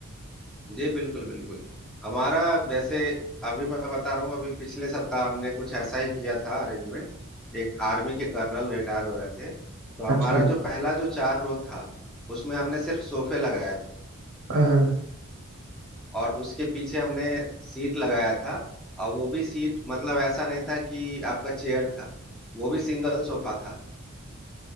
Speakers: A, in the centre; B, on the right.
A: जी बिल्कुल बिल्कुल हमारा जैसे अभी मैं बता रहा हूँ अभी पिछले सप्ताह हमने कुछ ऐसा ही किया था अरेंजमेंट एक आर्मी के कर्नल रिटायर हो रहे थे तो हमारा
B: अच्छा हाँ
A: जो पहला जो चार रो था उसमें हमने सिर्फ सोफे लगाया
B: हाँ
A: और उसके पीछे हमने सीट लगाया था और वो भी सीट मतलब ऐसा नहीं था कि आपका चेयर था वो भी सिंगल सोफा था